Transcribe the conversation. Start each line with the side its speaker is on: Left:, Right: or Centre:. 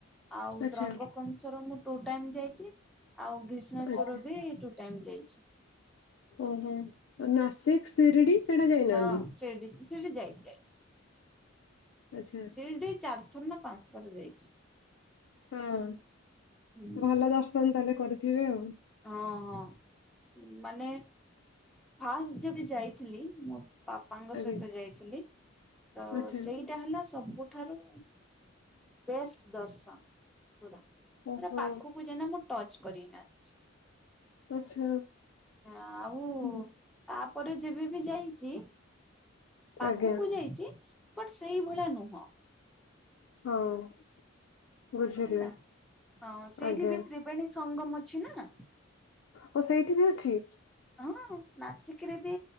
Centre: ଆଉ
Left: ଆଚ୍ଛା
Centre: ତ୍ରୟମ୍ବକରସ୍ଵରମ୍ ମୁଁ ଟୁ ଟାଇମ୍ ଯାଇଚି। ଆଉ ଗ୍ରୀଷ୍ ଭିଶ୍ମେଶ୍ୱର୍
Left: ଆଜ୍ଞା।
Centre: ବି ଟୁ ଟାଇମ୍ ଯାଇଚି।
Left: ଓହୋ। ନାସିକ୍ ଶିରିଡି? ସେଇଟା ଯାଇନାହାନ୍ତି
Centre: ନାଁ। <unintelligible>
Left: ଆଚ୍ଛା।
Centre: ଶିରିଡ଼ି ଚାରିଥର ନା ପାଞ୍ଚ ଥର ଯାଇଚି।
Left: ହଁ।
Centre: ହୁଁ।
Left: ଭଲ ଦର୍ଶନ ତାହେଲେ କରିଥିବେ ଆଉ।
Centre: ହଁ ହଁ। ମାନେ ଫାଷ୍ଟ ଯେବେ ଯାଇଥିଲି ମୁଁ ପାପାଙ୍କ
Left: ଆଜ୍ଞା
Centre: ସହିତ ଯାଇଥିଲି। ତ
Left: ଆଚ୍ଛା
Centre: ସେଇଟା ହେଲା ସବୁଠାରୁ ବେଷ୍ଟ ଦର୍ଶନ ପୁରା।
Left: ଓହୋ
Centre: ପୁରା ପାଖକୁ ଯାଇକିନା ମୁଁ ଟଚ୍ କରିକି ଆସିଚି।
Left: ଆଚ୍ଛା
Centre: ଆଉ
Left: ହୁଁ,
Centre: ତାପରେ ଯେବେ ବି ଯାଇଚି ପାଖକୁ
Left: ଆଜ୍ଞା
Centre: ଯାଇଚି ବଟ୍ ସେଇଭଳିଆ ନୁହଁ।
Left: ହଁ। ବୁଝିଲି
Centre: ହେଲା। ହଁ ସେଇଠି
Left: ଆଜ୍ଞା
Centre: ବି ତ୍ରିବେଣୀ ସଙ୍ଗମ ଅଛି ନା।
Left: ଓ ସେଇଠି ବି ଅଛି?
Centre: ହଁ ନାସିକ୍ ରେ ବି